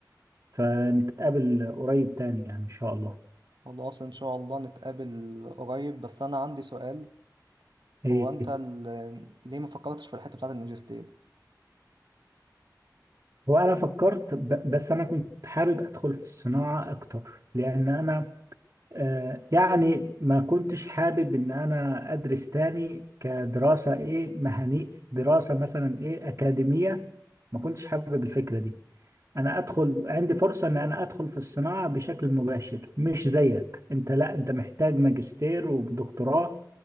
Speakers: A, on the right; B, on the right.
A: فنتقابل قريب تاني يعني إن شاء الله
B: خلاص ان شاء الله نتقابل قريب بس انا عندي سؤال
A: إيه
B: هو انت ال- ليه ما فكرتش في الحته بتاعه الماجستير
A: وأنا فكرت ب- بس أنا كنت حابب أدخل في الصناعة أكتر لأن أنا آه يعني ما كنتش حابب إن أنا أدرس تاني كدراسة إيه مهني دراسة مثلا إيه أكاديمية ما كنتش حابب الفكرة دي انا ادخل عندي فرصة ان انا ادخل في الصناعة بشكل مباشر مش زيك انت لا انت محتاج ماجستير ودكتوراه